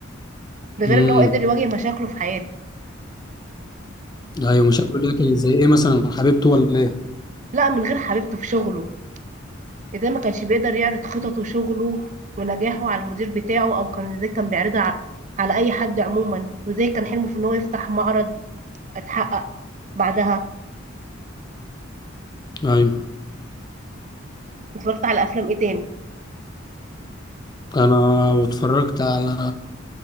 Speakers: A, on the right; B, on the left.
A: ده غير
B: امم
A: ان هو قدر يواجه مشاكله في حياته
B: ايوه مشاكله ده كانت زي ايه مثلا حبيبته ولا ايه؟
A: لا من غير حبيبته في شغله ازاي ما كانش بيقدر يعرض خططه وشغله ونجاحه على المدير بتاعه او كان ازاي كان بيعرضها ع- على اي حد عموما وازاي كان حلمه في ان هو يفتح معرض اتحقق بعدها
B: ايوه
A: اتفرجت على افلام ايه تاني
B: انا اتفرجت على